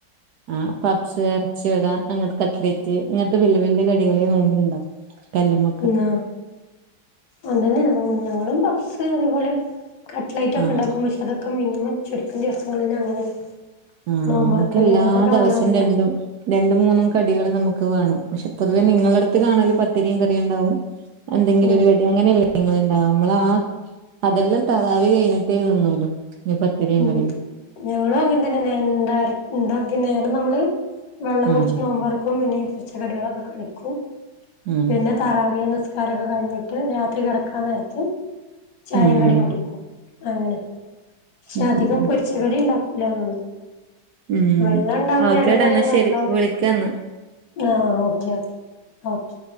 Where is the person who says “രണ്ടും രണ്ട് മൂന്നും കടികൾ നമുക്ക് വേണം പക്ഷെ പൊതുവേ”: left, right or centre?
Right